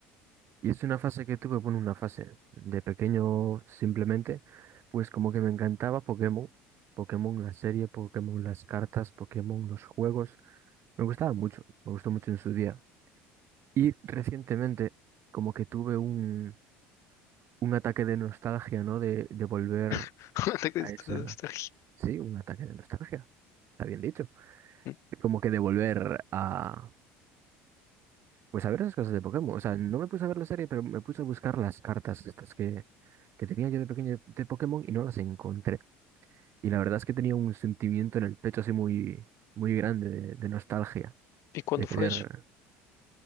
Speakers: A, on the right; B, on the left.
A: Y es una fase que tuve, bueno, una fase de pequeño simplemente, pues como que me encantaba Pokémon, Pokémon la serie, Pokémon las cartas, Pokémon los juegos. Me gustaba mucho, me gustó mucho en su día. Y recientemente como que tuve un, un ataque de nostalgia, ¿no? De, de volver
B: <laughs> Un Ataque
A: a
B: de
A: esa...
B: nostalgia.
A: Sí, un ataque de nostalgia. Está bien dicho.
B: ¿Mm?
A: Como que de volver a Pues a ver esas cosas de Pokémon. O sea, no me puse a ver la serie, pero me puse a buscar las cartas estas que, que tenía yo de pequeño de de Pokémon y no las encontré. Y la verdad es que tenía un sentimiento en el pecho así muy, muy grande de, de nostalgia,
B: ¿Y cuándo
A: de
B: fue
A: querer,
B: eso?